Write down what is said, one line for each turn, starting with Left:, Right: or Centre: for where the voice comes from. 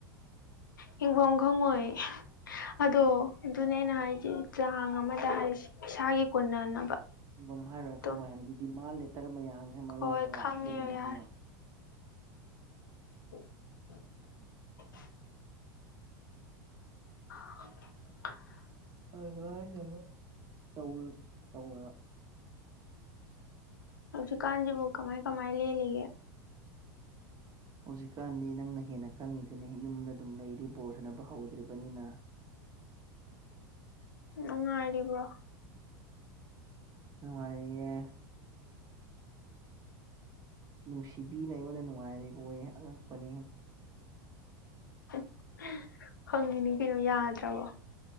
Left: ꯍꯤꯡ ꯕꯝ ꯈꯪꯉꯣꯏ ꯑꯗꯣ ꯑꯗꯨꯅꯦ ꯑꯩꯅ ꯍꯥꯏꯖꯦ ꯆꯥꯡ ꯑꯃꯗ ꯍꯥꯏꯁꯤ ꯏꯁꯥꯒꯤ ꯀꯣꯟꯅꯅꯕ
Right: ꯝ ꯍꯥꯏꯔ
Left: ꯑꯗꯨꯝ
Right: ꯈꯪꯉꯣꯏ ꯍꯥꯏꯕꯗꯤ ꯗꯤꯃꯥꯟ ꯂꯦꯇꯔ ꯃꯌꯥꯝꯁꯤꯅ ꯃꯔꯣꯜ
Left: ꯍꯣꯏ
Right: ꯑꯃ ꯂꯥꯛꯇꯣꯏꯅꯦꯕ
Left: ꯈꯪꯉꯦ ꯌꯥꯔꯦ
Right: ꯈꯪꯕ꯭ꯔꯥ꯫
Left: <inaudible> <inaudible> <inaudible>
Right: ꯑꯗꯨꯗꯨꯅ ꯑꯩꯁꯤ ꯃꯨꯛ ꯇꯧ ꯇꯧꯋꯦꯕ꯫
Left: ꯍꯧꯖꯤꯛꯀꯟꯁꯤꯕꯨ ꯀꯃꯥꯏ ꯀꯃꯥꯏ ꯂꯦꯜꯂꯤꯒꯦ꯫
Right: ꯍꯧꯖꯤꯛꯀꯥꯟꯗꯤ ꯅꯪꯅ ꯍꯦꯟꯅ ꯈꯪꯉꯤꯗꯨꯅꯤ ꯌꯨꯝꯗ ꯑꯗꯨꯝ ꯂꯩꯔꯤ ꯕꯣꯔ ꯁꯅꯕ ꯍꯧꯗ꯭ꯔꯤꯕꯅꯤꯅ꯫
Left: ꯅꯨꯡꯉꯥꯏꯔꯤꯕ꯭ꯔꯣ꯫
Right: ꯅꯨꯡꯉꯥꯏꯔꯤꯌꯦ꯫ ꯅꯨꯡꯁꯤꯕꯤꯅ ꯑꯩꯉꯣꯟꯗ ꯅꯨꯡꯉꯥꯏꯔꯤꯕꯣꯌꯦ ꯑꯉꯛꯄꯅꯤꯍꯦ꯫
Left: <inaudible> ꯈꯪꯉꯤꯅꯤ ꯀꯩꯅꯣ ꯌꯥꯗ꯭ꯔꯕꯣ꯫